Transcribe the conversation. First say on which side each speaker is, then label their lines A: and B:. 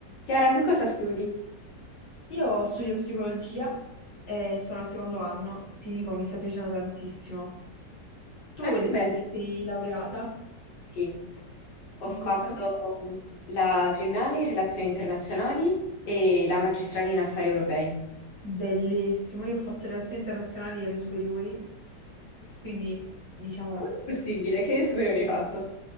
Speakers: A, on the left; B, on the left.
A: Chiara, tu cosa studi?
B: Io studio psicologia e sono al secondo anno, ti dico, mi sta piacendo tantissimo. Tu
A: Ah,
B: hai
A: che
B: detto
A: bello.
B: che ti sei laureata
A: Sì, ho
B: in
A: fatto
B: cosa?
A: la triennale in relazioni internazionali e la magistrale in affari europei.
B: Bellissimo, io ho fatto relazioni internazionali alle superiori, quindi diciamo
A: Com'è possibile? Che superiore hai fatto?